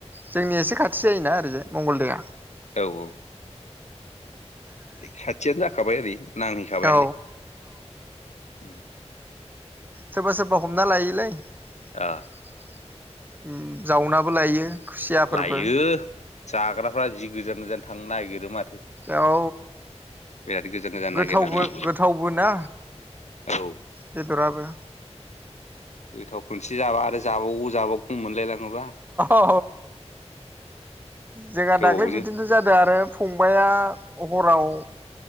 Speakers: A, on the right; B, on the left.
A: जोंनि एसे खाथि जायोना ओरैजाय मंगलदैया।
B: औ औ। खाथियानो जाखाबाय ओरै नांहैखाबायानो
A: औ
B: उम।
A: सोबा सोबा हमना लायोलै। उम
B: ओ
A: जावनाबो लायो। खुसियाफोरबो
B: लायो। जाग्राफ्रा जि गोजान गोजान थांनो नागिरो माथो।
A: औ
B: बिराद गोजान गोजान
A: गोथावबो
B: नागिरनानै
A: गोथावबो ना
B: औ
A: बेदराबो।
B: गोथाव खोनसे जाबा आरो जाबावगौ जाबावगौ। मोनलाय लाङोबा
A: औ जोंहा
B: गोबावजों
A: दाख्लै बिदिन्थ जादों आरो। फंबाया हराव‌